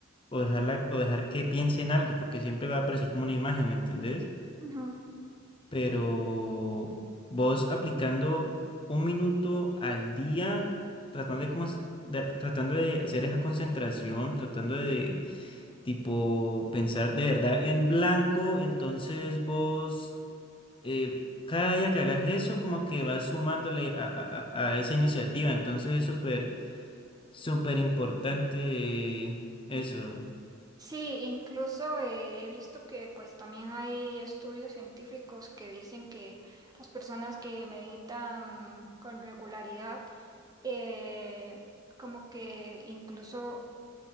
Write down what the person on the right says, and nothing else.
Ujú.
Sí, incluso eh, he visto que pues también hay estudios científicos que dicen que las personas que meditan con regularidad eh, como que incluso